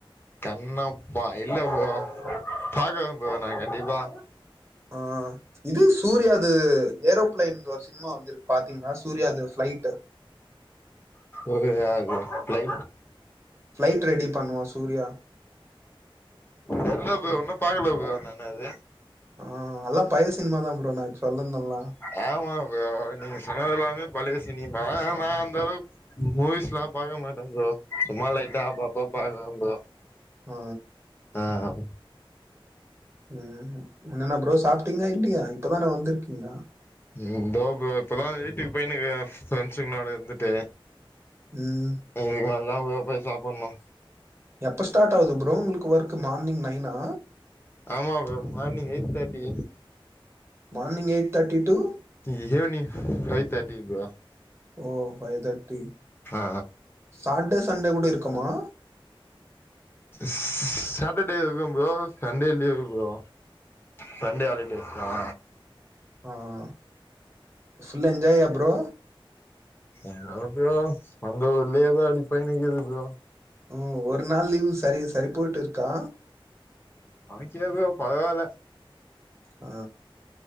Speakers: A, on the left (about 25°); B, on the right (about 30°).
A: கண்ணப்பா இல்ல ப்ரோ பாக்கர ப்ரோ நா கண்டிப்பா
B: ஆ இது சூரியாது ஏரோப்ளைன் ஒர் சின்மா வந்துருக்கு பாத்தீங்கன்னா சூர்யாது ஃப்ளைட்
A: ஒரு ஆள் ஃப்லை
B: ஃப்லைட் ரெடி பண்ணுவா சூர்யா
A: தெர்ல ப்ரோ இன்னும் பாக்குல ப்ரோ நானு அது
B: அ அல்லா பழ சினிமா தாம்ப்ரோ நா சொல்லன்தெல்லா
A: ஆம்மா ப்ரோ நீ சொன்னதெல்லாமே பழய சினிமா ஆனா நா அந்த அளவு மூவிஸ்லா பாக்க மாட்ட ப்ரோ சும்மா லைட்டா அப்பப்ப பாக்றதா ப்ரோ
B: அ
A: அஹ
B: ம் என்னன்னா ப்ரோ சாப்ட்டீங்ளா இல்லயா இப்பதான வந்திருக்கீங்ளா
A: ம் தோ ப்ரோ இப்பதா வீட்டுக்கு பொய்னுக்குற பிரிஎண்ட்ஸ்களோட இருந்துட்டு
B: ம்
A: இதுக்மேல் தா ப்ரோ போய் சாப்பன்ணு
B: எப்ப ஸ்டார்ட் ஆவுது ப்ரோ உங்களுக்கு ஒர்க்கு மார்னிங் நைனா
A: ஆமா bro morning eight thirty
B: morning eight thirty to
A: evening five thirty bro
B: ஓ ஃபைவ் தேர்ட்டி
A: ஆ
B: சாட்டடே சண்டே கூட இருக்குமா
A: ஸ் சாட்டர்டே இருக்கு bro Sunday leave bro Sunday holidays ஆ
B: ம் ஃபுல்லா என்ஜாய்யா ப்ரோ
A: எங்க ப்ரோ வந்ததுலேதா அப்டி போய்னிக்குது ப்ரோ
B: ம் ஒரு நாள் லீவு சரி சரி போய்ட்டு இருக்கா
A: அமச்சி வைக்றியே பரவால
B: ஆ